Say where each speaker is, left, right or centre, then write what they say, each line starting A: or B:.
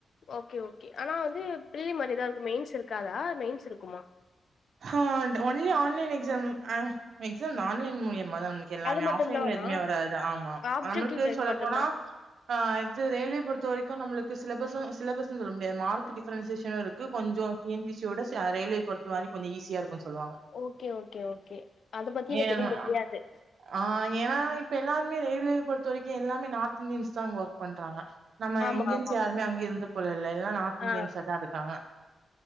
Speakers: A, on the left; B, on the right.
A: ஓகே ஓகே ஆனா வந்து பிரிலிமரிதா இருக்கும் மெயின்ஸ் இருக்காதா மெயின்ஸ் இருக்குமா
B: ஆ only online exam exam online மூலியமா தான் எல்லாமே
A: அது மட்டுந்தானா
B: ஆஃப்லைன்ல எதுவுமே வராது ஆமா
A: ஆப்ஜெக்டிவ்
B: நம்மளுக்கு
A: டைப்
B: சொல்லப்போனா
A: மட்டுந்தா
B: ஆ இது ரயில்வே பொறுத்த வரைக்கு நம்மளுக்கு சிலபஸ் சிலபஸ்ன்னு சொல்ல முடியாது மார்க் டிஃரன்சியேஷனும் இருக்கு கொஞ்ச T N P S C யோட ரயில்வே பொருத்த வர கொஞ்சம் ஈசியா இருக்குன்னு சொல்லுவாங்க
A: ஓகே ஓகே ஓகே அத பத்தி
B: ஏன்னா
A: எனக்கு எதுவும் தெரியாது
B: ஆ ஏனா இப்ப எல்லாருமே ரயில்வே பொறுத்த வரைக்கும் எல்லாமே நார்த் இந்தியன்ஸ் தான் அங்க ஒர்க் பண்றாங்க நம்ம
A: ஆமா
B: இந்தியன்ஸ்
A: ஆமா
B: யாருமே அங்க இருந்து போல்ல எல்லா நார்த்
A: ஆ
B: இந்தியன்ஸ் தா இருக்காங்க